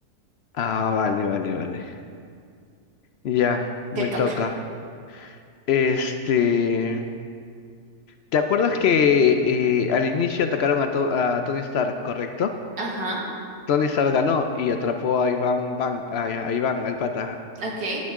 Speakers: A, on the left; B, on the right.
A: Ah, vale, vale, vale. Ya, me
B: Te toca.
A: toca. Este, ¿te acuerdas que eh, al inicio atacaron a, To- a Tony Stark, correcto?
B: Ajá,
A: Tony Stark ganó y atrapó a Iván Van, a, a Iván, al pata.
B: ok.